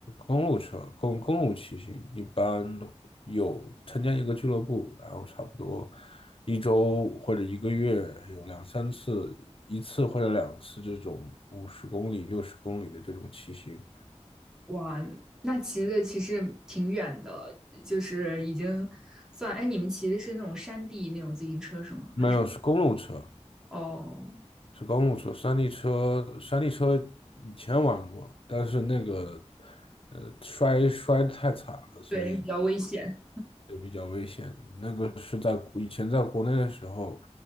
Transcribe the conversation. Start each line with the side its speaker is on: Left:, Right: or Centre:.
Left: 公路车，公公路骑行，一般有参加一个俱乐部，然后差不多一周或者一个月有两三次，一次或者两次这种五十公里、六十公里的这种骑行。
Centre: 哇，那骑的其实挺远的，就是已经算，哎，你们骑的是那种山地那种自行车是吗？
Left: 没有，
Centre: 还
Left: 是公路车，
Centre: 哦，
Left: 是公路车。山地车，山地车以前玩过，但是那个，呃，摔摔得太惨了，所以
Centre: 对，那个比较危险。
Left: 对，比较危险。那个是在国以前在国内的时候，